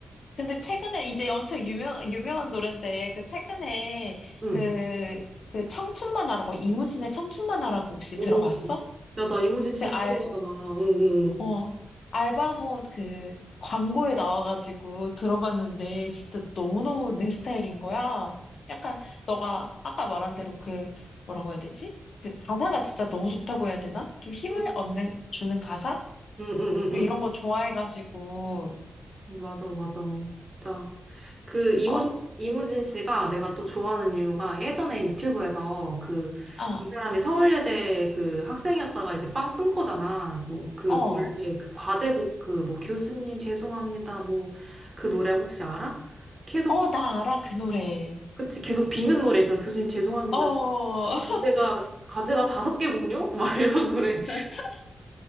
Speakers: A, on the left; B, on the right.
A: 근데 최근에 이제 엄청 유명 유명한 노래인데 그 최근에
B: 응.
A: 그 그 청춘만화라고 이무진의 청춘만화라고 혹시
B: 오,
A: 들어봤어?
B: 야, 나 이무진 진짜
A: 그 알,
B: 좋아하잖아. 어, 어,
A: 어, 알바몬 그 광고에 나와가지고 들어봤는데 진짜 너무너무 내 스타일인 거야. 약간 너가 아까 말한 대로 그 뭐라고 해야 되지? 그 가사가 진짜 너무 좋다고 해야 되나? 좀 힘을
B: 어.
A: 얻는 주는 가사?
B: 응, 응, 응, 응.
A: 좀 이런
B: 응.
A: 거 좋아해가지고
B: 응, 맞아, 맞아. 진짜. 그, 이무진,
A: 어,
B: 이무진 씨가 내가 또 좋아하는 이유가 예전에 유튜브에서 그,
A: 아,
B: 이 사람이 서울예대 그 학생이었다가 이제 빵 뜬 거잖아. 그, 그,
A: 어,
B: 원래 그 과제곡 그, 뭐, 교수님 죄송합니다. 뭐, 그 노래 혹시 알아? 계속,
A: 어, 나 알아 그 노래.
B: 그치, 계속 비는 노래 있잖아. 교수님 죄송합니다.
A: 어,
B: 내가 과제가 다섯 개군요? 막 <laughs> 이런 노래.
A: <laughs>